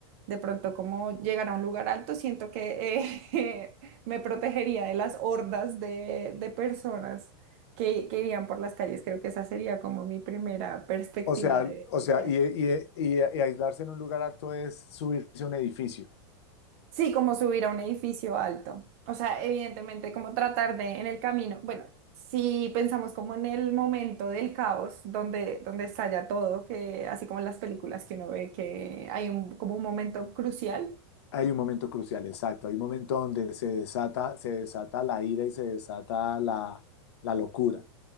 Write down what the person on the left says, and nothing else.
o sea,
o sea, y, y- y- y aislarse en un lugar alto es subirse a un edificio.
Hay un momento crucial, exacto. Hay un momento donde se desata, se desata la ira y se desata la, la locura,